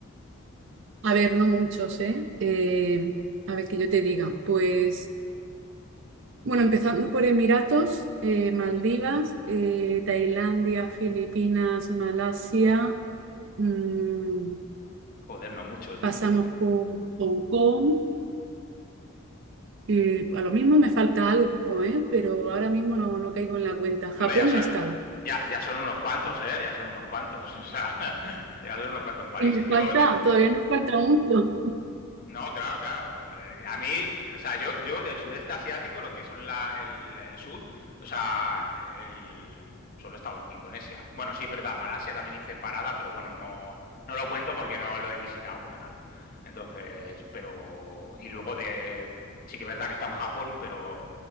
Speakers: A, on the right; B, on the left.
A: A ver, no muchos, ¿eh? Eh, a ver, que yo te diga. Pues, bueno, empezando por Emiratos, eh, Maldivas, eh, Tailandia, Filipinas, Malasia, mm,
B: Joder, no muchos, dice.
A: pasamos por Hong Kong. eh, a lo mismo me falta algo, ¿eh? Pero ahora mismo no, no caigo en la cuenta. Japón
B: Hombre, ya son,
A: no he estado.
B: ya, ya son unos cuantos, ¿eh? Ya son unos cuantos. <laughs> O sea, ya son unos cuantos países.
A: Y me
B: Yo,
A: falta,
B: de-
A: todavía nos falta mucho.
B: No, claro, claro. Eh, a mí, o sea, yo, yo del sudeste asiático, lo que son la, el, el sur, o sea, el- solo he estado en Indonesia. Bueno, sí es verdad, Malasia también hice parada, pero bueno, no, no lo cuento porque no lo he visitado como tal. Entonces, pero, y luego de, sí que es verdad que está en Japón, pero